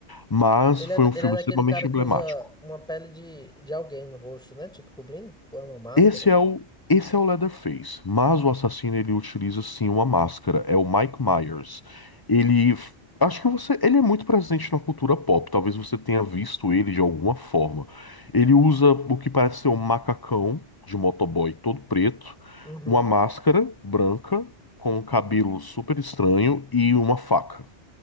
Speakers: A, on the left; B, in the centre.
A: Mas
B: Ele
A: foi
B: é,
A: um filme
B: ele é daquele
A: extremamente
B: cara
A: emblemático.
B: que usa uma pele de, de alguém no rosto, né? Tipo, cobrindo? Ou é uma máscara?
A: Esse é o, esse é o Leatherface, mas o assassino ele utiliza sim uma máscara, é o Mike Myers. Ele, acho que você, ele é muito presente na cultura pop, talvez você tenha visto ele de alguma forma. Ele usa o que parece ser um macacão de motoboy todo preto,
B: Uhum.
A: uma máscara branca com um cabelo super estranho e uma faca.